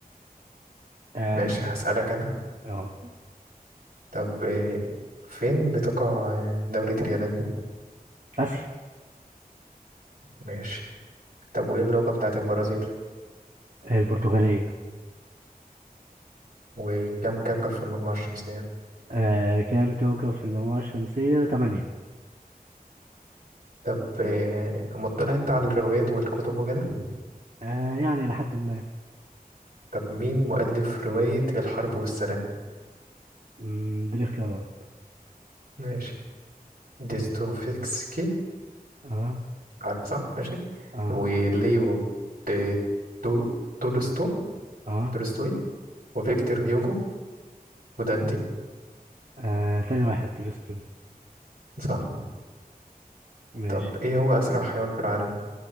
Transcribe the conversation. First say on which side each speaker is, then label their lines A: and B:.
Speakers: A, on the right; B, on the right.
A: آه
B: ماشي
A: اسأل
B: هسألك
A: انت
B: أنا
A: اه
B: طب إيه، فين بتقع دولة اليابان
A: آسيا
B: ماشي طب وإيه اللغة بتاعت البرازيل
A: آه، البرتغالية
B: وكم كوكب في المجموعة الشمسية
A: آه كام كوكب في المجموعة الشمسية؟ تمانية
B: طب إيه، مطلع انت على الروايات والكتب وكده
A: آه يعني لحد ما
B: طب مين مؤلف رواية الحرب والسلام
A: مم، دي الاختيارات
B: ماشي ديستوفيسكي
A: اه
B: عارف صح ماشي
A: اه
B: وليو دي- تو- تولستو
A: اه,
B: تولستوي وفيكتور هيوغو ودانتي
A: آه. تاني واحد تولستون
B: صح
A: ماشي
B: طب ايه هو اسرع حيوان في العالم